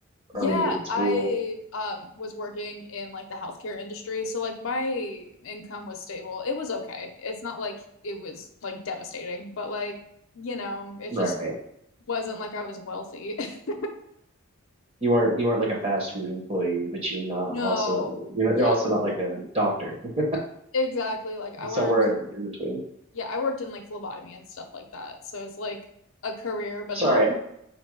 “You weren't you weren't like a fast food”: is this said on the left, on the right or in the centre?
Right